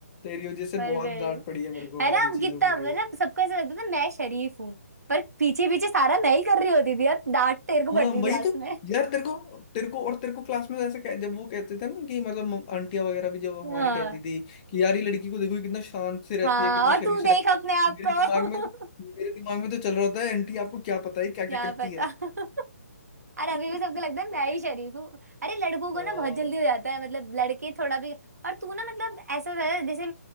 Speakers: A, on the left; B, on the right.
A: तेरी वजह से
B: वेल
A: बहुत डांट पड़ी है मेरे को
B: है ना
A: आधी
B: हम
A: चीजों
B: कितना
A: के
B: मतलब
A: लिए
B: सबको ऐसा लगता था मैं शरीफ हूँ पर पीछे पीछे सारा मैं ही कर रही होती थी यार डांट तेरे को पड़ती
A: हाँ
B: थी क्लास
A: वही तो
B: में
A: यार तेरे को तेरे को और तेरे को क्लास में ऐसा कह- जब वो कहते थे ना कि मतलब मम- आंटियां वगैरह भी जब हमारी
B: <laughs> हाँ
A: कहती थी कि यार ये लड़की को देखो ये कितना शांत से रहती
B: हाँ
A: है कितना
B: और
A: शरीफ
B: तू
A: से
B: देख
A: रहती
B: अपने
A: है
B: आप
A: मेरे
B: को
A: दिमाग में तो,
B: <laughs>
A: मेरे दिमाग में तो चल रहा था आंटी आपको क्या पता है क्या क्या
B: क्या
A: करती
B: पता
A: है
B: <laughs> अरे
A: <laughs>
B: अभी भी सबको लगता है मैं ही शरीफ हूँ अरे लड़कों
A: अ,
B: को ना बहुत जल्दी हो जाता है मतलब लड़के थोड़ा भी और तू ना मतलब ऐसा था जैसे